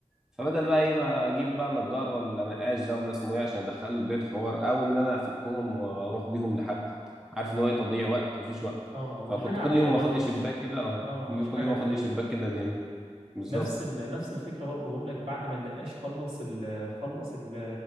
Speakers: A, in the centre; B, on the right.
A: فبدل بقى ايه ما اجيب بقى نجار ولا نقاش ده ولا اسمه ايه عشان ادخله البيت حوار او ان انا افكهم واروح بيهم لحد عارف اللي هو إيه، تضييع وقت مفيش وقت
B: اه وحاجه
A: فكنت
B: عاديه
A: كل يوم
B: برضو
A: باخد لي شباك
B: مش
A: كده اه
B: اه مش حاجه
A: كل يوم اخد
B: اللي
A: لي شباك
B: هي
A: كده ادهن بالظبط
B: نفس ال... نفس الفكره برضو بقول لك بعد ما النقاش خلص ال... خلص ال...